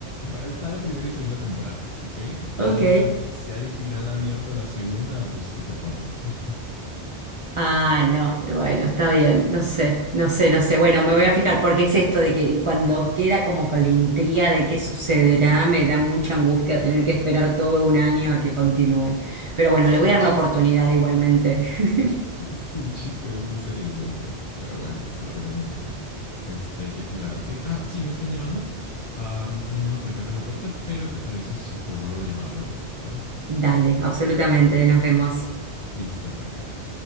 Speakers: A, on the left; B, on the right.
A: Está la primera y segunda temporada, ¿ok? Ya
B: Ok.
A: si hay final abierto a la segunda, pues, ¿qué te puedo decir?
B: Ah, no, bueno, está bien, no sé, no sé, no sé. Bueno, me voy a fijar, porque es esto de que cuando queda como con la intriga de qué sucederá, me da mucha angustia tener que esperar todo un año a que continúe. Pero bueno,
A: Ese
B: le
A: es
B: voy
A: el
B: a dar
A: chiste.
B: una oportunidad
A: <laughs>
B: igualmente. <laughs>
A: Ese es el chiste de esas series, Dios mío. Pero bueno, te la recomiendo igual. Este, ¿qué te iba a decir? Ah, sí, me están llamando. Ah, me están llamando para que abra la puerta, pero ¿te parece si te devuelvo la llamada luego o algo?
B: Dale, absolutamente, nos vemos.
A: Listo, perfecto.